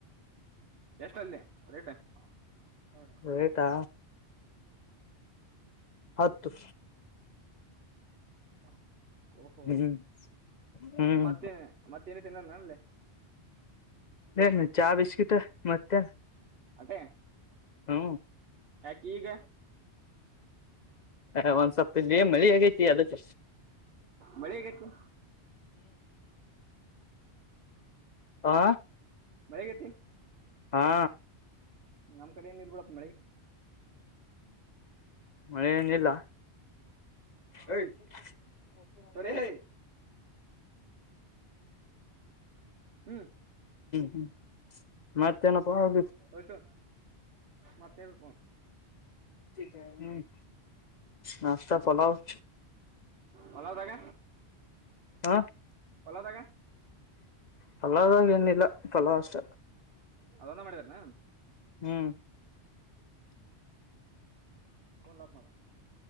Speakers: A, on the right (about 65°); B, on the left (about 50°).
A: ಎಷ್ಟ ಅಲ್ಲಿ ರೇಟ್ ಹ.
B: ರೇಟಾ ಹತ್ತು
A: <inaudible> ಓಹೋ
B: ಹ್ಮ್ ಹ್ಮ್
A: ಮತ್ತೇನೆ ಮತ್ತೇನ ತಿನ್ನಲ್ಲ ಅಲ್ಲಿ.
B: ಏನು ಚಾ ಬಿಸ್ಕಿಟ್ ಮತ್ತೆ.
A: ಅಟೆ
B: ಹ್ಮ
A: ಯಾಕ್ ಈಗ.
B: ಹ ಒಂದ್ಸಪ್ತ ಇದ ಮಳಿ ಆಗೈತಿ ಅದಕ್ಕ.
A: ಮಳಿ ಆಗೈತಿ.
B: ಆ
A: ಮಳಿ ಆಗೈತಿ.
B: ಹಾ
A: ನಮ್ಮ್ ಕಡೆ ಏನ್ ಇರ್ಬಿಡಪ್ಪ ಮಳಿ.
B: ಮಳೆಏನಿಲ್ಲ. <inaudible>
A: ಏಯ್ ತೊಲೆ ಹೇಯ್ ಹ್ಮ್
B: ಹ್ಮ್ ಮತ್ತೇನಪ್ಪಾ ಅಲ್ಲಿ
A: ಹಸು ಮತ್ತೆಳ್ಪೆಕು
B: ಹ್ಮ್ ನಾಷ್ಟ ಪಲಾವ್.
A: ಪಲಾವ್ದಾಗ
B: ಹ
A: ಪಲಾವ್ದಾಗ
B: ಫಲಾವಾದಾಗ ಏನಿಲ್ಲ ಫಲಾವ್ ಅಷ್ಟ.
A: ಅದುನೆ ಮಾಡಿದಾರನ.
B: ಹ್ಮ್
A: ಡೊರ್ ಲಾಕ ಮಾಡ.